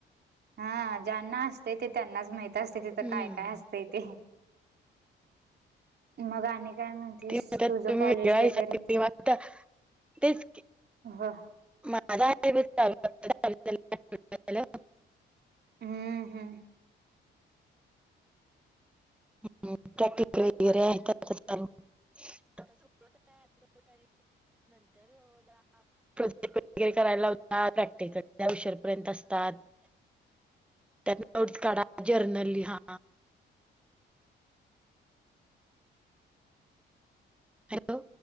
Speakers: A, on the right; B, in the centre.
A: हा ज्यांना असतय ते त्यांनाच माहित असतय तिथं
B: हम्म.
A: काय काय असतय. ते. मग आणि काय म्हणतीस?
B: ती म्हणतात
A: तुझ
B: तुम्ही
A: कॉलेज
B: वेगळा
A: वगैरे
B: विचार केला
A: तर
B: मागता तेच की,
A: हो
B: <unintelligible> झालं.
A: हम्म हम्म.
B: <unintelligible> <unintelligible> प्रोजेक्ट वगैरे करायला लावतात, प्रॅक्टिकल <unintelligible> उशीर पर्यंत असतात. त्या नोटस काढा, जर्नल लिहा. हॅलो.